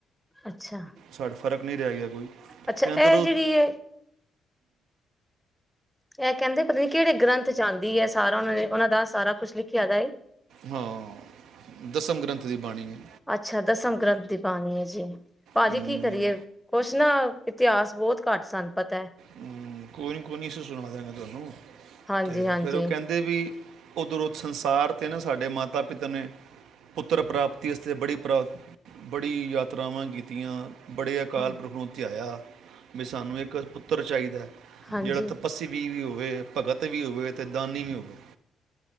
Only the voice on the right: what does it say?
ਛਡ ਫ਼ਰਕ ਨਹੀਂ ਰਿਹਾ ਗਿਆ। ਕੋਈ
ਅੰਦਰੋ
ਦ
ਹਾਂ ਦਸਮ ਗ੍ਰੰਥ ਦੀ ਬਾਣੀ ਹੈ
ਅਮ,
ਹਮ ਕੋਈ ਨਹੀਂ ਕੋਈ ਨਹੀਂੀ ਅਂ ਸੁਣਾ ਦਿਆਂਗੇ ਤੁਹਾਨੂੰ
ਤੇ ਫੇਰ, ਉਹ ਕਹਿੰਦੇ ਵੀ ਉੱਧਰੋਂ ਸੰਸਾਰ 'ਤੇ ਨਾ ਸਾਡੇ ਮਾਤਾ ਪਿਤਾ ਨੇ ਪੁੱਤਰ ਪ੍ਰਾਪਤੀ ਆਸਤੇ ਬੜੀ ਪ੍ਰਾ, ਬੜੀ ਯਾਤਰਾਵਾਂ ਕੀਤੀਆਂ। ਬੜੇ ਅਕਾਲ
ਪੁਰਖ ਨੂੰ ਧਿਆਇਆ। ਵੀ ਸਾਨੂੰ ਇੱਕ ਪੁੱ ਉੱਤਰ ਚਾਹੀਦਾ।
ਜਿਹੜਾ ਤਪੱੱਸਸੀ ਵੀ ਵੀ ਹੋ ਹੋਵੇ, ਭਗਤ ਵੀ ਹੋਵੇ ਤੇ, ਦਾਨੀ ਵੀ ਹੋਵੇ।